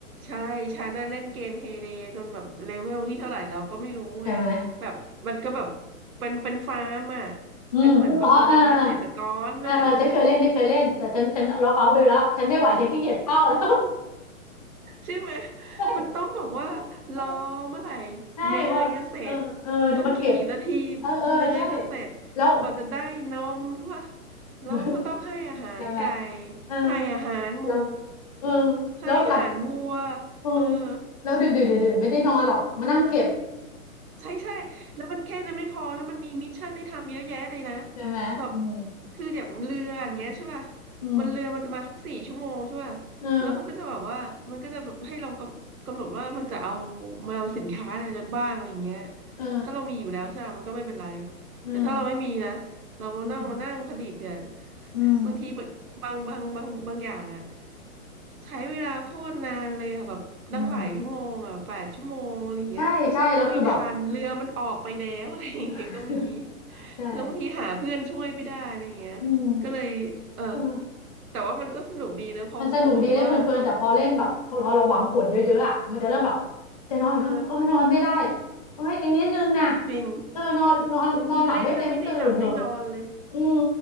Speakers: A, on the right; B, on the left.
A: ใช่ฉันน่ะเล่นเกมเฮเดจนแบบเลเวลที่เท่าไหร่เราก็ไม่รู้ไงแบบมันก็แบบ
B: ใช่ไหม
A: เป็นเป็นฟาร์มอ่ะ
B: อืมอมอ๋อเออ
A: เป็นเหมือนแบบเราเป็นเกษตรกรน่ะเออ
B: เออเออฉันเคยเล่นฉันเคยเล่นแต่ฉันฉันล็อกเอาท์ไปแล้วฉันไม่ไหวฉันขี้เกียจเฝ้าแล้ว
A: ใช่ไหม
B: <laughs> ใช่
A: มันต้องบอกว่ารอเมื่อไหร่
B: เออใช่ว่าเออเออเดี๋ยวมาเก็บ
A: เนยจะเสร็จต้องกี่นาที
B: เออเออใช่
A: เนยจะเสร็จ
B: แล้ว
A: กว่าจะได้นมใช่ปะแล้วก็ต้องให้อาหารไก่
B: <laughs> ใช่ไหมเออ
A: ให้อาหารหมู
B: แล้วเออ
A: ให้อาหารวัว
B: แล้วหลับเออ
A: เออ
B: แล้วดึกดึกดื่นดื่นไม่ได้นอนหรอกมานั่งเก็บ
A: ใช่ใช่แล้วมันแค่นั้นไม่พอแล้วมันมีมิชชั่นให้ทำเยอะแยะเลยนะ
B: ใช่ไหมอืม
A: แบบคืออย่างเรืออย่างเงี้ยใช่ป่ะ
B: อืมอืม
A: มันเรือมันจะมาทุกสี่ชั่วโมงใช่ป่ะแล้วมันก็จะแบบว่ามันก็จะแบบให้เรากำกำหนดว่ามันจะเอา
B: เออ
A: มาเอาสินค้าอะไรบ้างอะไรเงี้ย
B: เออ
A: ถ้าเรามีอยู่แล้วใช่ปะมันก็ไม่เป็นไร
B: เอืม
A: แต่ถ้าเราไม่มีนะเรามานั่งมานั่งผลิตเนี่ย
B: อืม
A: <laughs>
B: อืม
A: บางทีแบบบางบางบางบางอย่างอะใช้เวลาโคตรนานเลยอะแบบตั้งหลายชั่วโมงอะแปดชั่วโมงอะไรเงี้ย
B: อืมใช่ใช่แล้วคือแบบ
A: ไม่ทันเรือมันออกไปแล้ว <laughs> อะไรอย่างเงี้ยก็มี
B: <laughs> ใช่
A: แล้วบางทีหาเพื่อนช่วยไม่ได้อะไรอย่างเงี้ยก็เลยเออ
B: อืมเออ
A: แต่ว่ามันก็สนุกดีนะพอพอแบบว่าเรา
B: มันสนุกดีเล่นเพลินๆแต่พอเล่นแบบพอเราหวังผลเยอะๆอ่ะมันจะเริ่มแบบจะนอนก็โอ้ยนอนไม่ได้
A: เออ
B: โอ้ยอีกนิดนึงนะ
A: จริง
B: เออนอนนอนนอนหลับไม่เต็มตื่นเถอะ
A: บางทีเล่นแล้วไม่ได้หลับได้นอนเลย
B: อืม